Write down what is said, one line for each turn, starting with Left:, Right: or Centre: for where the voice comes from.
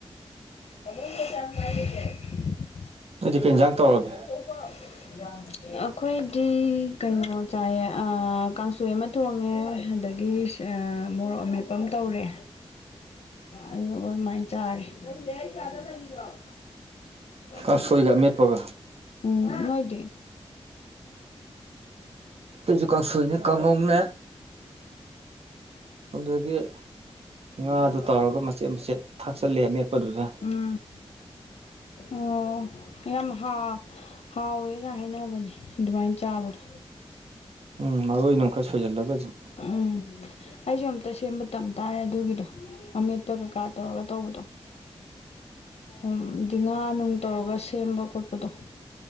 Left: ꯑꯃꯣꯟ ꯀꯁ ꯑꯃ ꯀꯥꯏ ꯂꯩꯦꯇꯦ <inaudible>
Right: ꯅꯣꯢꯗꯤ ꯀꯩ ꯌꯦꯟꯖꯥꯡ ꯇꯧꯔꯒꯦ
Left: ꯑꯥ ꯑꯩꯈꯣꯏꯗꯤ ꯀꯩꯅꯣ ꯆꯥꯏ ꯀꯥꯡ ꯊꯥꯔꯣꯢꯏ ꯑꯃ ꯊꯣꯡꯉꯦ ꯑꯗꯒꯤ ꯃꯣꯔꯣꯛ ꯃꯦꯠꯄ ꯄ ꯇꯧꯔꯦ ꯑꯗꯨꯒ ꯑꯗꯨꯃꯥꯏꯅ ꯆꯥꯔꯦ ꯑꯅ ꯏꯔꯑꯣ <inaudible>
Right: ꯑꯁꯣꯏꯒ ꯑꯃꯦꯠꯄꯒ
Left: ꯎꯝ ꯅꯣꯏꯗꯤ
Right: ꯑꯩꯈꯣꯢꯁꯨ ꯀꯥꯡꯁꯣꯏꯅꯦ ꯀꯥꯡꯉꯧꯅꯦ ꯑꯗꯒꯤ ꯉꯥꯗꯨ ꯇꯧꯔꯒ ꯃꯆꯦꯠ ꯃꯆꯦꯠ ꯊꯥꯛꯆꯜꯂꯦ ꯃꯦꯠꯄꯗꯨꯗ
Left: ꯎꯝ ꯑꯣ ꯌꯥꯝ ꯍꯥꯥ ꯍꯥꯎꯋꯦꯒ ꯍꯥꯏꯅꯕꯅꯦ ꯑꯗꯨꯃꯥꯏꯅ ꯆꯥꯕꯗꯣ
Right: ꯎꯝ ꯃꯔꯣꯏ ꯅꯨ ꯈꯔ ꯁꯣꯏꯖꯜꯂꯒ ꯑꯗꯨꯝ
Left: ꯎꯝ ꯑꯩꯁꯨ ꯑꯝꯇ ꯁꯦꯝꯕ ꯇꯝꯇꯥꯏꯔꯦ ꯑꯗꯨꯒꯤꯗꯣ ꯑꯃꯦꯠ ꯀꯀꯥ ꯇꯧꯔꯒ ꯇꯧꯕꯗꯣ ꯎ ꯗꯤ ꯉꯥ ꯅꯨꯡ ꯇꯧꯔꯒ ꯁꯦꯝꯕ ꯈꯣꯠꯄꯗꯣ